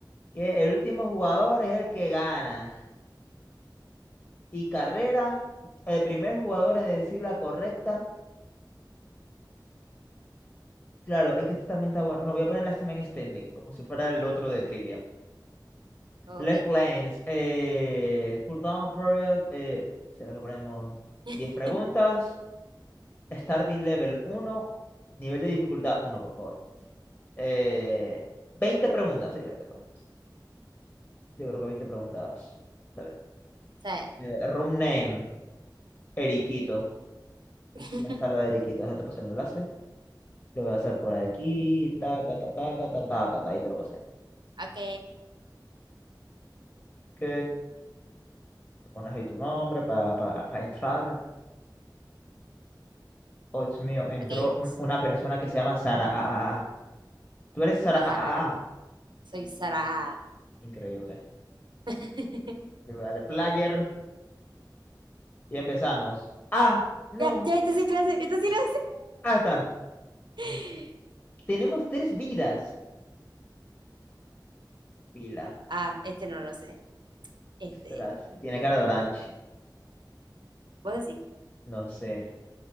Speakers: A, on the left; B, on the right.
A: Que el último jugador es el que gana. Y carrera, el primer jugador en decir la correcta. Claro, es que esto también está bueno. No, voy a poner Last Man Standing, como si fuera el otro de trivia.
B: Ok.
A: Left lanes, eh, cooldown period. eh, ¿será que ponemos
B: <laughs>
A: 10 preguntas? Starting level uno, nivel de dificultad uno, por favor. Eh, 20 preguntas, sí, 20 preguntas. Yo creo que 20 preguntas. Está bien.
B: Sí.
A: Eh, room name, Eriquito.
B: <laughs>
A: La sala de Eriquito, déjate pasar el enlace. Lo voy a hacer por aquí. Taca, taca, taca, taca, taca, ta, ahí te lo pasé.
B: Ok,
A: Ok. Pones ahí tu nombre para entrar. Oh, Dios mío, entró
B: ok.
A: un-
B: ts,
A: una persona que se llama Sara. Ah, ah, ah. Tú eres Sara.
B: Ajá,
A: Ah,
B: ajá.
A: ah, ah.
B: Soy Sara.
A: Increíble.
B: <laughs>
A: Ok, Dale player y empezamos. Ah, no.
B: Ya, ya, esto sí lo sé, esto sí lo
A: Ah, está.
B: sé.
A: Uf, Tenemos tres vidas. Pila.
B: <laughs> Ah, este no lo sé. Este,
A: Ostras, tiene cara de orange.
B: vos sí.
A: No sé.